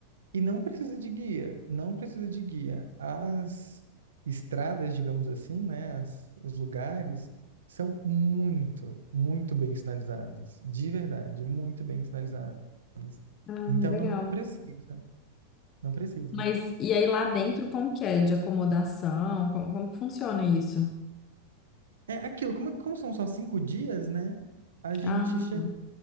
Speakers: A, on the right (about 65°); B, on the left (about 30°).
A: E não precisa de guia, não precisa de guia. As estradas, digamos assim, né, as- os lugares são muito, muito bem sinalizados, de verdade, muito bem sinalizados.
B: Ah,
A: Então
B: legal.
A: não precisa, não precisa.
B: Mas e aí lá dentro, como que é? De acomodação? Como, como que funciona isso?
A: É aquilo, como, como são só cinco dias, né? A gente
B: Ah,
A: che
B: tá.